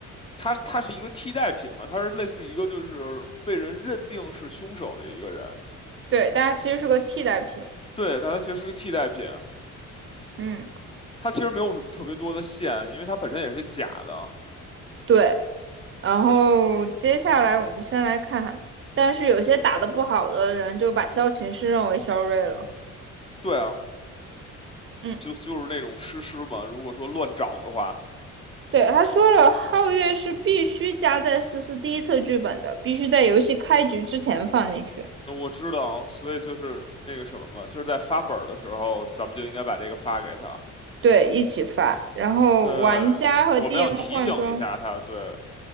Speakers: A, on the left; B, on the right.
A: 他他是一个替代品嘛，他是类似一个就是被人认定是凶手的一个人，
B: 对，但他其实是个替代品。
A: 对，但他其实是个替代品，
B: 嗯，
A: 他其实没有什么特别多的线，因为他本身也是假的，
B: 对。然后接下来我们先来看看，但是有些打得不好的人就把萧琴是认为肖瑞了。
A: 对啊，
B: 嗯，
A: 就就是那种诗诗嘛，如果说乱找的话，
B: 对，他说了，皓月是必须加在思思第一册剧本的，必须在游戏开局之前放进去，
A: 那我知道，所以就是那个什么嘛，就是在发本儿的时候，咱们就应该把这个发给他，
B: 对，一起发。然后玩家和
A: 对，我们要提醒一下他，
B: DM 换装。
A: 对。